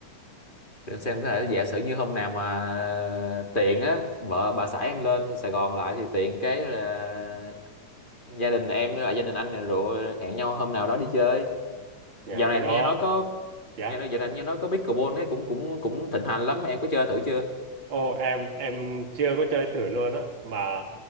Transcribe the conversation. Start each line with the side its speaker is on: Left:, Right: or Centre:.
Left: để em xem có thể giả sử như hôm nào mà tiện á vợ bà xã em lên Sài Gòn lại thì tiện cái là gia đình em với lại gia đình anh này rồi
Right: ừ.
Left: hẹn nhau hôm nào đó đi chơi
Right: nhà
Left: dạo này
Right: cái
Left: anh
Right: đó
Left: nghe nói có
Right: dạ
Left: nghe nói dạo này anh nghe nói có pickleball ấy cũng cũng cũng thịnh hành lắm em có chơi thử chưa
Right: ô em em chưa có chơi thử luôn á mà